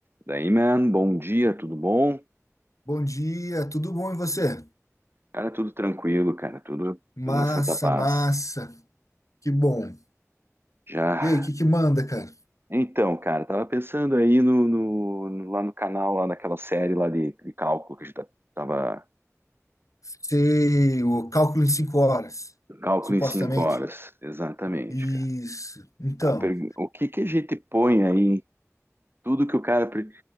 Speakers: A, on the right; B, on the left.
A: Daí, man, bom dia, tudo bom?
B: Bom dia, tudo bom e você?
A: Cara, tudo tranquilo, cara, tudo,
B: Massa,
A: tudo na Santa Paz.
B: massa, que bom.
A: Já.
B: E aí, o que que manda, cara?
A: Então, cara, tava pensando aí no, no- no- lá no canal, lá naquela série lá de, de cálculo que a gente tá- tava.
B: Sei, o cálculo em cinco horas,
A: Cálculo
B: supostamente.
A: em cinco horas, exatamente,
B: Isso.
A: cara.
B: Então,
A: A pergu- O que que a gente põe aí? Tudo que o cara. pre-